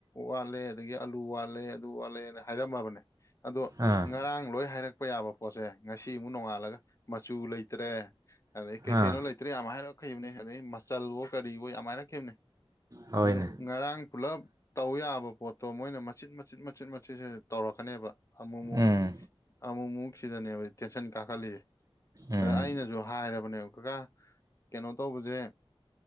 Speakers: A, on the left; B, on the right.
A: ꯋꯥꯠꯂꯦ ꯑꯗꯒꯤ ꯑꯜꯂꯨ ꯋꯥꯠꯂꯦ ꯑꯗꯨ ꯋꯥꯠꯂꯦꯅ ꯍꯥꯏꯔꯝꯃꯕꯅꯦ ꯑꯗꯣ
B: ꯑꯥ
A: ꯉꯔꯥꯡ ꯂꯣꯏ ꯍꯥꯏꯔꯛꯄ ꯌꯥꯕ ꯄꯣꯠꯁꯦ ꯉꯁꯤ ꯑꯃꯨꯛ ꯅꯣꯡꯉꯥꯜꯂꯒ ꯃꯆꯨ ꯂꯩꯇ꯭ꯔꯦ ꯑꯗꯩ ꯀꯩꯀꯩꯅꯣ
B: ꯑꯥ
A: ꯂꯩꯇ꯭ꯔꯦ ꯌꯥꯝ ꯍꯥꯏꯔꯛꯈꯤꯕꯅꯦ ꯑꯗꯩ ꯃꯆꯜꯕꯣ ꯀꯔꯤꯕꯣ ꯌꯥꯝ ꯍꯥꯏꯔꯛꯈꯤꯕꯅꯦ
B: ꯍꯣꯏꯅꯦ
A: ꯑꯗꯣ ꯉꯔꯥꯡ ꯄꯨꯂꯞ ꯇꯧ ꯌꯥꯕ ꯄꯣꯠꯇꯣ ꯃꯣꯏꯅ ꯃꯆꯤꯠ ꯃꯆꯤꯠ ꯃꯆꯤꯠ ꯃꯆꯤꯠꯁꯤ ꯇꯧꯔꯛꯀꯅꯦꯕ ꯑꯃꯨꯛꯃꯨꯛ
B: ꯎꯝ
A: ꯑꯃꯨꯛꯃꯨꯛ ꯁꯤꯗꯅꯦꯕ ꯇꯦꯟꯁꯟ ꯀꯥꯈꯠꯂꯤꯁꯦ
B: ꯎꯝ
A: ꯑꯗ ꯑꯩꯅꯁꯨ ꯍꯥꯏꯔꯕꯅꯦꯕ ꯀꯀꯥ ꯀꯩꯅꯣ ꯇꯧꯕꯁꯦ